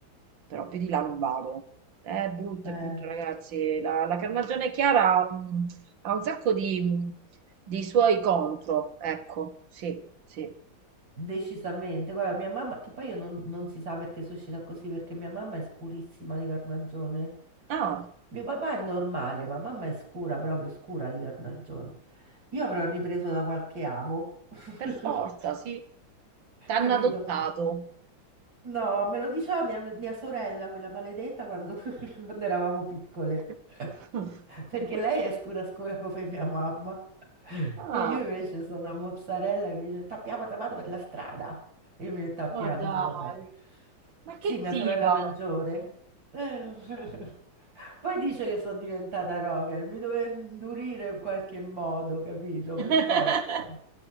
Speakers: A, on the right (about 70°); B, on the right (about 50°).
A: Però più di là non vado. È brutto,
B: eh.
A: è brutto, ragazzi. La, la carnagione chiara mh, ha un sacco di, mh, di suoi contro. Ecco, sì, sì.
B: Decisamente, guarda, mia mamma, che poi io non, non si sa perché sono uscita così, perché mia mamma è scurissima di carnagione.
A: Ah,
B: Mio papà è normale, ma mamma è scura, proprio scura di carnagione. Io avrò ripreso da qualche avo, <laughs>
A: per forza, sì. T'hanno
B: capito?
A: adottato.
B: No, me lo diceva mia, mia sorella, quella maledetta, quando, <laughs> quando eravamo piccole.
A: <laughs>
B: Perché lei è scura scura come mia mamma.
A: Ah,
B: E io invece sono una mozzarella e mi dice, t'abbiamo trovato per la strada. E io mi metto a piangere,
A: ma dai,
B: vabbè.
A: ma
B: Sì,
A: che
B: mia
A: tipa?
B: sorella maggiore. Eh. <laughs> Poi dice che sono diventata rocker, mi doveva indurire in qualche modo, capito?
A: <laughs>
B: Per forza.